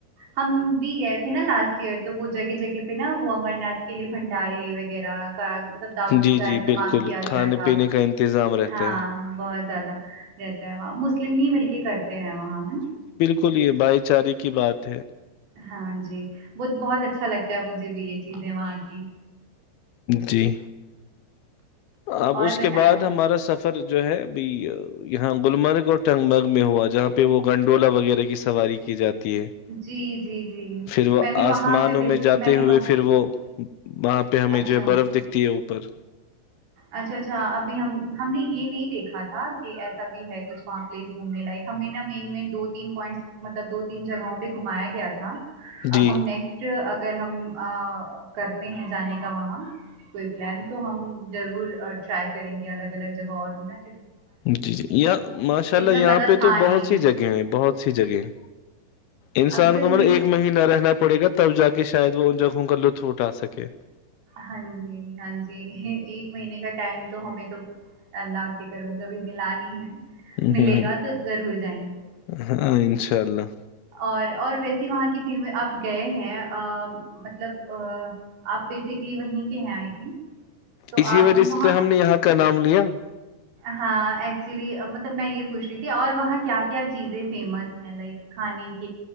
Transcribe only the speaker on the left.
جی
جی
بالکل
کھانے
پینے کا انتظام رہتا
ہے
بکل یہ بھائی چارے کی بات ہے
جی اب
اس
کے بعد ہمارا سفر س فر جو ہے ابھھی یہاں گلمرگ اور ٹنگ مرگ میں ہوا جہاں پہ وہ گنڈولا وغیرہ کی سواری کی جاتی ہے
پھر وہ
آسمانوں
میں جاتے
ہوئے
پھر وہ بائے پہ ہمیں
جو ہے برف دکھتی ہے او <unintelligible>
جی
جی جی یہاں ماشاء اللہ
یہاں
پہ
تو
بہت سی جگہ ہیں بہت سی جگہ ہیں انسان
کو مطلب ایک مہینہ رہنا پڑے گا تب جا کے شاید وہ ان جگہوں کا لطف اٹھا سکے
ہ
ہ ہ
ہاں انشاء اللہ
اسی
وجہ
سے ہم نے یہاں پر کا نام لیا